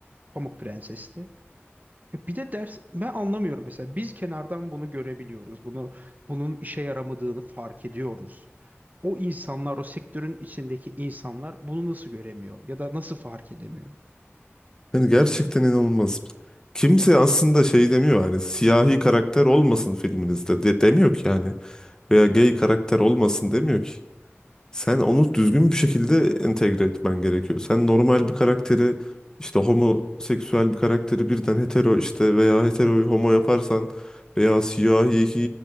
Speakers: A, on the right; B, on the left.
A: Pamuk Prenses'te. E, Bir de ders ben anlamıyorum mesela biz kenardan bunu görebiliyoruz. Bunu bunun işe yaramadığını fark ediyoruz. O insanlar o sektörün içindeki insanlar bunu nasıl göremiyor ya da nasıl fark edemiyor?
B: Yani gerçekten inanılmaz. Kimse aslında şey demiyor hani siyahi karakter olmasın filminizde de, demiyor ki yani. Veya gay karakter olmasın demiyor ki. Sen onu düzgün bir şekilde entegre etmen gerekiyor. Sen normal bir karakteri işte homoseksüel bir karakteri birden hetero işte veya heteroyu homo yaparsan veya siyahi